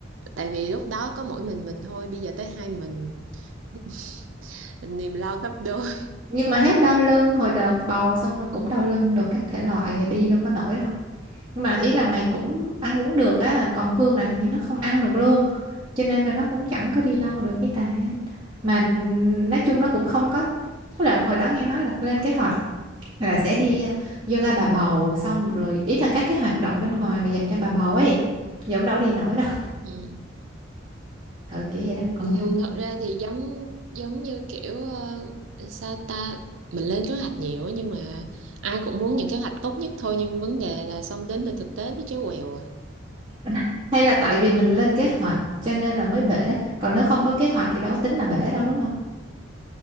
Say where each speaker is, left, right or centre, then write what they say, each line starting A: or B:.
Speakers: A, on the right (about 80°); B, on the right (about 20°).
A: tại vì lúc đó có mỗi mình mình thôi bây giờ tới hai mình <laughs> niềm lo gấp đôi
B: nhưng mà hết đau lưng hồi đợt bầu xong rồi cũng đau lưng đồ các thể loại đi đâu có nổi đâu nhưng mà ý là mày cũng ăn uống được á còn Phương là hình như nó không ăn được luôn cho nên là nó cũng chẳng có đi
A: ừ.
B: đâu được cái tà hết mà ừm, nói chung nó cũng không có tức là hồi đó nghe nói là lên kế hoạch là sẽ đi à, yoga bà bầu xong rồi ý là các cái hoạt động bên ngoài mà dành cho bà bầu ấy giờ cũng đâu đi nổi đâu
A: Ừ.
B: <laughs> ừ kiểu vậy đó còn
A: Ừ,
B: vui
A: thật ra thì giống giống như kiểu ờ, sao ta mình lên kế hoạch nhiều á, nhưng mà ai cũng muốn những kế hoạch tốt nhất thôi nhưng vấn đề là xong đến từ thực tế nó chéo quèo à
B: <laughs> hay là tại vì mình lên kế hoạch cho nên là mới bể còn nếu không có kế hoạch thì đâu có tính là bể đâu đúng không